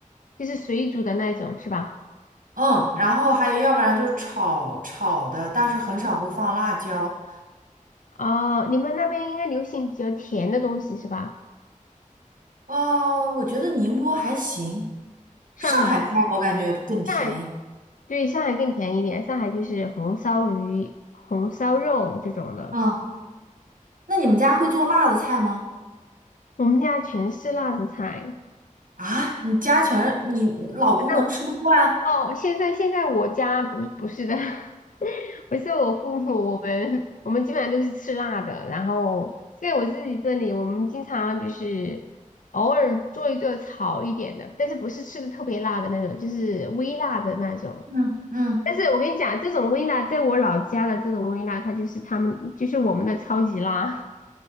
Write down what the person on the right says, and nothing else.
嗯，然后还有要不然就是炒炒的，但是很少会放辣椒。
呃，我觉得宁波还行，
上海菜我感觉更甜一点。
嗯。那你们家会做辣的菜吗？
啊，你家全是你老公能吃得惯？
嗯嗯，